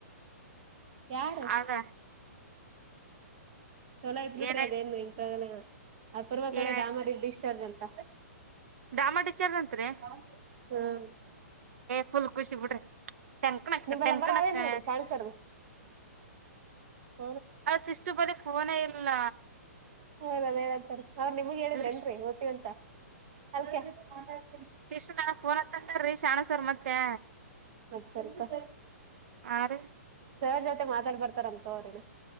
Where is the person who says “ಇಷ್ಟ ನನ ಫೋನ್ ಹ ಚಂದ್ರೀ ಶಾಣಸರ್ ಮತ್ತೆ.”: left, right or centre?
Right